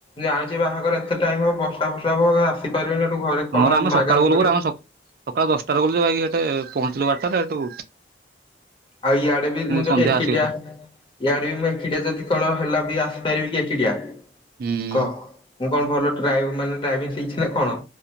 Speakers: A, on the left; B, on the right.
A: ଜାଣିଛି ବାହାଘର ଏତେ ଟାଇମ ହବ ବର୍ଷା ଫସା ହବ ଆସିପାରିବେନି ଏ ଘରେ କଣ
B: ହଁରେ ଆମେ
A: ମାଗା
B: ସକାଳୁ
A: ମାଗି
B: ଗଲୁ
A: କରିବ?
B: ପରା ଆମେ ସକାଳ ଦଶଟାରେ ଗଲୁ ଜେ ଭାଇ ସେଠେ ପହଞ୍ଚିଲୁ ବାରଟାରେ ସେଠୁ।
A: ଆଉ ଇଆଡେ ବି ମୁଁ ଯୋଉଠି
B: ସନ୍ଧ୍ୟା
A: ଏକିଟାଆ
B: ଆସିଗଲା।
A: ଇଆଡେ ବି ମୁଁ ଏକିଟିଆ ଯଦି କଣ ହେଲା ବି ଆସିପାରିବି କି ଏକିଟିଆ
B: ହୁଁ।
A: କହ ମୁଁ କଣ ଭଲ ଡ୍ରାଇଭ ମାନେ ଡ୍ରାଇଭିଂ ଶିଖିଛି ନା କଣ?